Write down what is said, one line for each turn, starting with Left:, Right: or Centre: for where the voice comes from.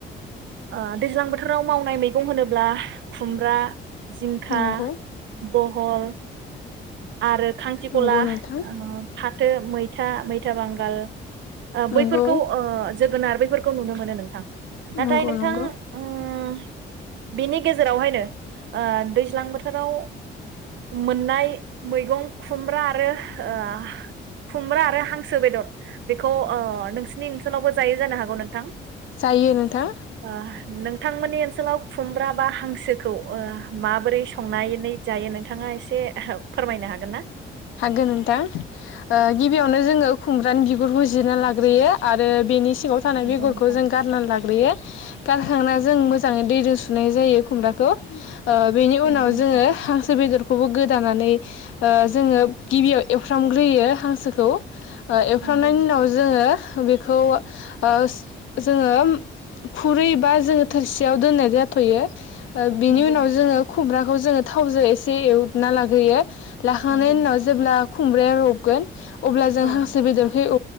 Right: ओ दैज्लां बोथोराव मावनाय मैगं होनोब्ला खुमब्रा जिंखा,
Left: नंगौ
Right: बहल आरो खांख्रिख'ला
Left: नंगौ नोंथां
Right: ओ फाथो मै था मैथा बांगाल ओ
Left: नंगौ
Right: बैफोरखौ ओ जोगोनार बेफोरखौ नुनो मोनो नोंथां नाथाय
Left: नंगौ
Right: नोंथां
Left: नंगौ
Right: उम बेनि गेजेरावहायनो ओ दैज्लां बोथोराव मोननाय मैगं खुमब्रा आरो ओ खुमब्रा आरो हांसो बेदर बेखौ ओ नोंसिनि ओनसोलावबो जायो जानो हागौ नोंथां
Left: जायो नोंथां
Right: अओ नोंथांमोननि ओनसोलाव खुमब्रा बा हांसो सोखौ ओ माबोरै संनानै जायो नोंथाङा एसे फोरमायनो हागोन ना?
Left: हागोन नोंथां ओ गिबियावनो जोङो खुमब्रानि बिगुरखौ जिरना लाग्रोयो आरो बेनि सिङाव थानाय
Right: नंगौ
Left: बेगरखौ
Right: नोंथां
Left: जों गारनानै लाग्रोयो। गारखांना जों मोजाङै दैजों सुनाय जायो खुमब्राखौ। ओ बेनि उनाव
Right: नंगौ नोंथां
Left: जोङो हांसो बेदर खौबो गोदानानै ओ जोङो गिबियाव एवफ्रामग्रोयो हांसोखौ। ओ एवफ्रामनायनि
Right: नंगौ
Left: उनाव जोङो बेखौ ओ जोङो खुरै बा जोङो थोरसियाव दोननाय जाथ'यो। ओ बिनि
Right: नंगौ
Left: उनाव
Right: नोंथां
Left: जोङो खुमब्रा बेखौ जोङो थावजों एसे एवना लाग्रोयो। थानायनि
Right: नंगौ
Left: उनाव
Right: नोंथां
Left: जेब्ला खुमब्राया रबगोन अब्ला जों
Right: औ नोंथां
Left: हांसो बेदरखौ एव